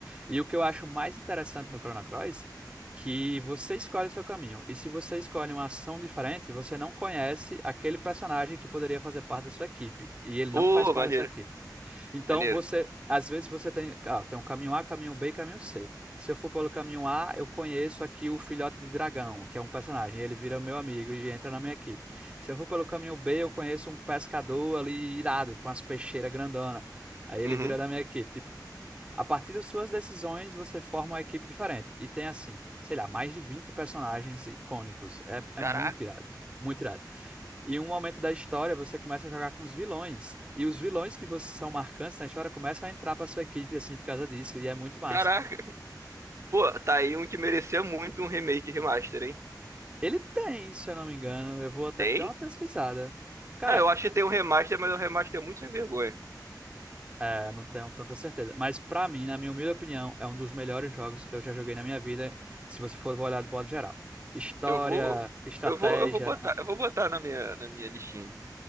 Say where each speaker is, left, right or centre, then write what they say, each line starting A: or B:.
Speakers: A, on the right; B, on the right.
A: E o que eu acho mais interessante no Chrono Cross, que você escolhe o seu caminho. E se você escolhe uma ação diferente, você não conhece aquele personagem que poderia fazer parte da sua equipe. E ele não
B: Pô,
A: faz parte
B: maneiro,
A: da sua equipe. Então
B: maneiro.
A: você, às vezes você tem, ah, tem um caminho A, caminho B e caminho C. Se eu for pelo caminho A, eu conheço aqui o filhote de dragão, que é um personagem, ele vira meu amigo e entra na minha equipe. Se eu for pelo caminho B, eu conheço um pescador ali irado, com as peixeiras grandona. Aí ele
B: Uhum.
A: vira da minha equipe. Tipo, a partir das suas decisões, você forma uma equipe diferente. E tem assim, sei lá, mais de 20 personagens icônicos. É, é
B: Caraca,
A: muito irado, muito irado. E em um momento da história, você começa a jogar com os vilões. E os vilões que você são marcantes na história começam a entrar pra sua equipe, assim, por causa disso. E é muito massa,
B: caraca.
A: pô.
B: Pô, tá aí um que merecia muito um remake e remaster, hein?
A: Ele tem, se eu não me engano, eu vou até
B: Tem?
A: dar uma pesquisada. Cara,
B: Ah, eu acho que tem um remaster, mas o remaster é muito sem vergonha.
A: é, não tenho tanta certeza. Mas pra mim, na minha humilde opinião, é um dos melhores jogos que eu já joguei na minha vida, se você for olhar de modo geral. História,
B: Eu vou,
A: estratégia,
B: eu vou, eu vou botar,
A: na-
B: eu vou botar na minha, na minha listinha.